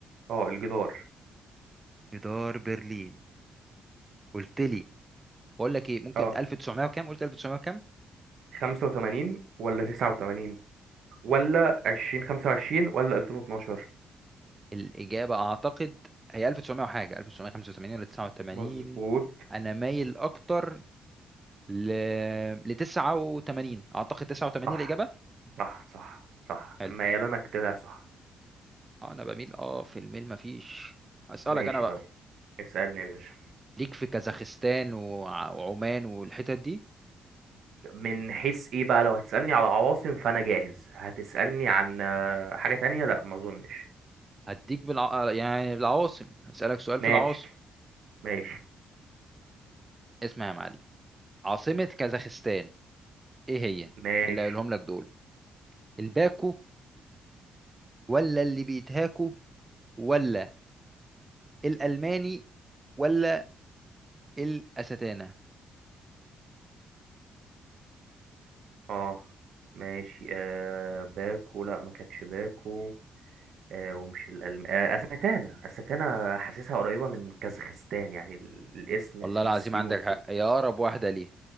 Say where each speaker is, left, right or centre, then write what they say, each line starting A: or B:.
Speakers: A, on the right; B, on the right.
A: آه الجدار
B: جدار برلين قلت لي بقول لك ايه ممكن
A: آه
B: 1900 وكام قلت 1900 وكام
A: 85 ولا 89 ولا 2025 ولا 2012
B: الإجابة أعتقد هي 1900 وحاجة 1985 ولا 89
A: مظبوط
B: أنا مايل أكتر ل ل 89 أعتقد 89
A: صح
B: الإجابة
A: صح صح صح
B: حلو
A: ميال انا كده صح
B: آه، أنا بميل أه في الميل مفيش أسألك
A: ماشي
B: أنا بقى
A: طيب اسألني يا باشا
B: ليك في كازاخستان وع- وعمان والحتت دي
A: من حيث ايه بقى لو هتسألني على عواصم فأنا جاهز هتسألني عن آه، حاجة تانية لا ما اظنش
B: هديك بالع... يعني بالعواصم هسألك سؤال
A: ماشي
B: في العواصم
A: ماشي
B: اسمع يا معلم عاصمة كازاخستان إيه هي
A: ماشي
B: من اللي قايلهم لك دول الباكو ولا اللي بيتهاكو ولا الألماني ولا الأستانة
A: اه ماشي آه باكو لا ما كانتش باكو آه ومش الألم آه أستانا أستانا حاسسها قريبة من كازاخستان يعني ال- الاسم
B: والله
A: فيه
B: العظيم
A: السين
B: عندك
A: والت
B: حق هي أقرب واحدة ليها